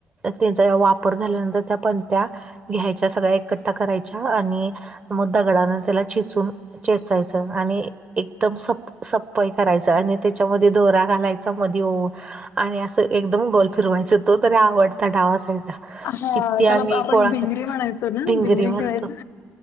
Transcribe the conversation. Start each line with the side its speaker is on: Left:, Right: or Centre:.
Right: त्यांचा वापर झाल्यानंतर त्या पण त्या्या घ्यायच्या सगळ्या एकट्ठा करायच्या आणि म दगडाने त्याला चिचून चेचायचं आणि एकदम सप सप सपाई करायचा आणि त्याच्यामध्ये दोरा घालायचा मध आणि असं एकदम गोल फिरवायचं तो तरी आवडता डावा असयचा
Left: हा
Right: किती आम्ही
Left: त्याला आपण
Right: कोळा
Left: भिंगरी
Right: कर
Left: म्हणायचो ना
Right: भिंगरी म्हणतो
Left: खेळायचो